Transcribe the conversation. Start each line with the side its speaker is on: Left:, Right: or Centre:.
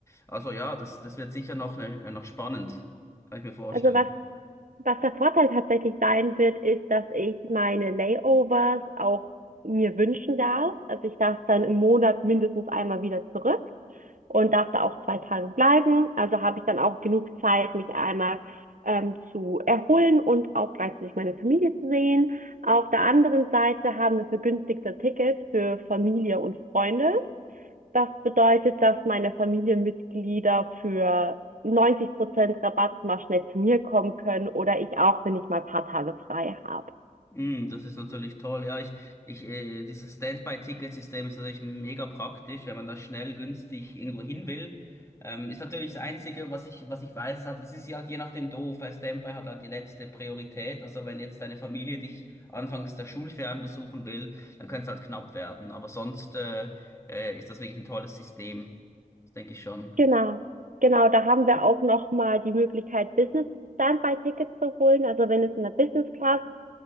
Left: Also ja, das, das wird sicher noch, ne, noch spannend, kann ich mir vorstellen.
Right: Also was, was der Vorteil tatsächlich sein wird, ist, dass ich meine Layovers auch mir wünschen darf. Also ich darf dann im Monat mindestens einmal wieder zurück. und darf da auch zwei Tage bleiben. Also habe ich dann auch genug Zeit, mich einmal ähm, zu erholen und auch gleichzeitig meine Familie zu sehen. Auf der anderen Seite haben wir vergünstigte Tickets für Familie und Freunde. Das bedeutet, dass meine Familienmitglieder für 90 Prozent Rabatt mal schnell zu mir kommen können oder ich auch, wenn ich mal ein paar Tage frei habe.
Left: Mm, das ist natürlich toll. Ja, ich, ich, äh, dieses Standby-Ticket-System ist natürlich mega praktisch, wenn man da schnell, günstig irgendwo hin will. Ähm, ist natürlich das Einzige, was ich, was ich weiß, ist halt, es ist ja halt je nachdem doof, weil Standby hat halt die letzte Priorität. Also wenn jetzt deine Familie dich anfangs der Schulferien besuchen will, dann könnte es halt knapp werden. Aber sonst, äh, äh, ist das wirklich ein tolles System. Das denke ich schon.
Right: Genau, genau, da haben wir auch nochmal die Möglichkeit, Business Standby-Tickets zu holen. Also wenn es in der Business Class